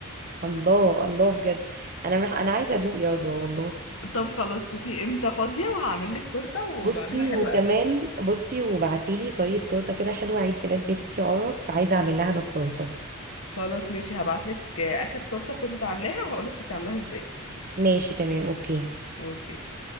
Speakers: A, on the right; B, on the left.
A: الله الله بجد انا مح... انا عايزه ادوق يا رضوى والله
B: <laughs> طب خلاص شوفي امتى فاضيه وهعمل لك تورته وبعملها
A: بصي
B: حلوه
A: وكمان
B: قوي
A: بصي وبعتيلي طريقه تورته كده حلوه عيد ميلاد بنتي عرب عايزه اعمل لها انا التورته
B: خلاص ماشي هبعتلك آه، اخر تورته كنت عاملاها وهقولك كنت عاملاها ازاي
A: ماشي تمام اوكي
B: اوكي